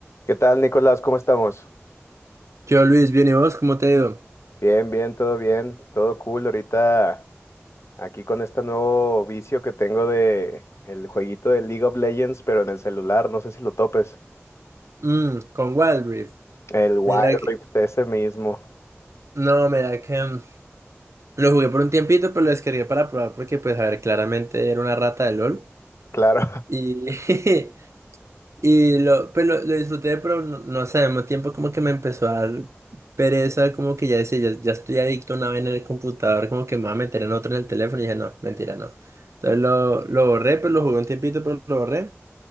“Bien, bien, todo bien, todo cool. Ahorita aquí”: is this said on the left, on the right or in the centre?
Left